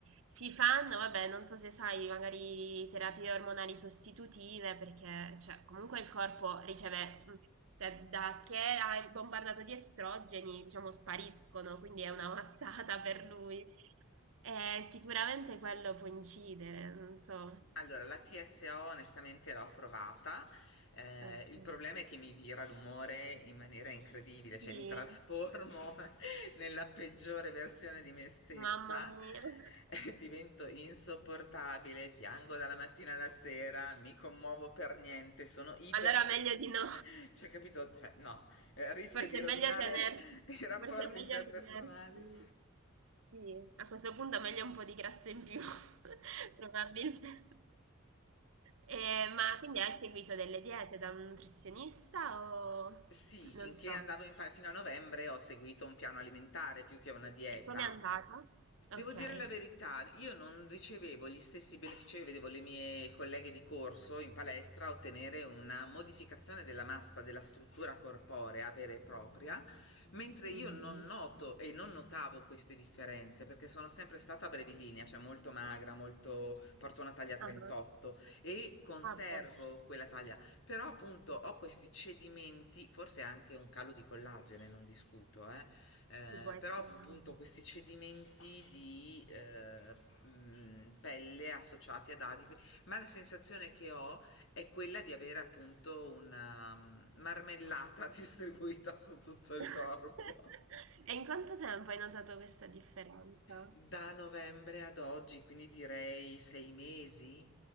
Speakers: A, on the right; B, on the left.
A: Si fanno, vabbè, non so se sai, magari terapie ormonali sostitutive, perché cioè, comunque il corpo riceve, mm, cioè, da che è bombardato di estrogeni, diciamo, spariscono, quindi è una mazzata per lui. Eh, sicuramente quello può incidere, non so.
B: Allora, la TSO onestamente l'ho provata. Eh,
A: Ecco.
B: il problema è che mi vira l'umore in maniera incredibile, cioè
A: Sì,
B: mi trasformo <laughs> nella peggiore versione di me stessa,
A: mamma mia. <laughs>
B: <laughs> eh, divento insopportabile, piango dalla mattina alla sera, mi commuovo per niente, sono ipersensibile,
A: Allora meglio di no.
B: cioè capito? Cioè, no, Eh, rischio
A: Forse
B: di
A: è
B: rovinare
A: meglio tenersi,
B: <laughs> i rapporti
A: forse è meglio
B: interpersonali.
A: tenersi, sì, a questo punto è meglio un po' di grasso in più, <laughs> probabilmente. Eh, ma quindi hai seguito delle diete da un nutrizionista o
B: Sì, finché
A: non so?
B: andavo in pa- fino a novembre ho seguito un piano alimentare più che una dieta,
A: E come è andata?
B: Devo
A: Ok.
B: dire la verità, io non ricevevo gli stessi benefici che vedevo le mie colleghe di corso in palestra ottenere una modificazione della massa della struttura corporea vera e propria, mentre
A: Mhm.
B: io non noto e non notavo queste differenze perché sono sempre stata brevilinea, cioè molto magra, molto porto una taglia 38
A: Ah,
B: e conservo
A: ah, posso.
B: quella taglia, però appunto ho questi cedimenti, forse anche un calo di collagene, non discuto, eh, eh,
A: Sì, può essere
B: però appunto
A: anche.
B: questi cedimenti di eh, mh, pelle associati ad adipi, ma la sensazione che ho è quella di avere appunto una mh, marmellata <laughs> distribuita su tutto il
A: <laughs>
B: corpo.
A: E in quanto tempo hai notato questa differenza?
B: Da novembre ad oggi, quindi direi sei mesi,